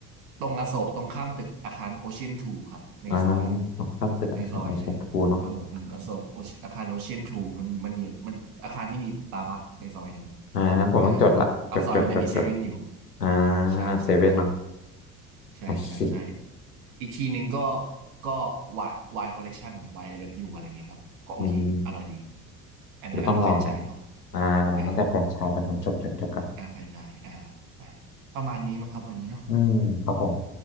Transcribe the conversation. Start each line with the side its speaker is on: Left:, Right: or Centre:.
Right: ตรงอโศกตรงข้ามตึกอาคารโอเชียนทูครับในซอย
Left: อ่าตรงข้ามตึกอาคารโอเชียนทูเนาะ
Right: ในซอยเลยครับผมอืมอโศกออาคารโอเชียนทูมันมันอยู่มันอาคารที่มีตาบักในซอยนั้น
Left: อ่างั้นผมต้องจดละจดจดจดจด
Right: อ่าฮะปากซอยมันจะมีเซเว่นอยู่
Left: อ่า
Right: ใช่ใช่ใช่
Left: เซเว่นเนาะ
Right: ใช่ใช่ใช่
Left: โอเค
Right: อีกทีหนึ่งก็ก็วายวายคอลเลกชันนะวายไอเลิฟยูอะไรเงี้ยครับก็โอเคอร่อยดี
Left: อืม
Right: อันนั้นอันนั้นแฟรนไชส์เนาะ
Left: เดี๋ยวต้องลองแหละอ่าอันนั้นตั้งแต่แฟรนไชส์แล้วผมจดจดจดกัน
Right: อ่าอ่าแฟรนไชส์อ่าอ่าประมาณนี้มั้งครับวันนี้เนาะ
Left: อืมครับผม